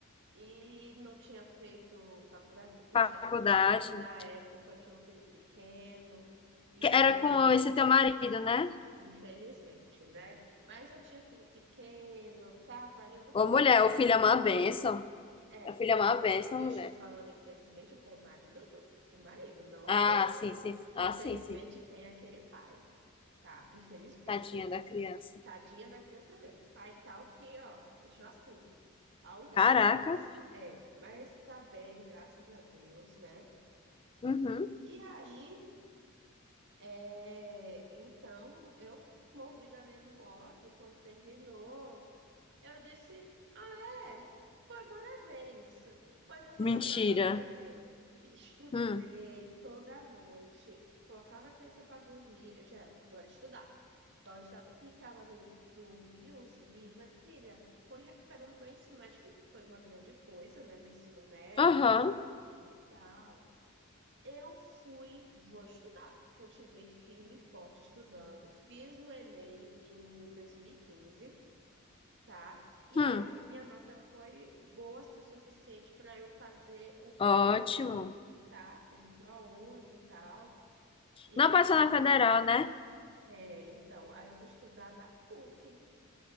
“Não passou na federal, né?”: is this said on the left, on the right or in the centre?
Left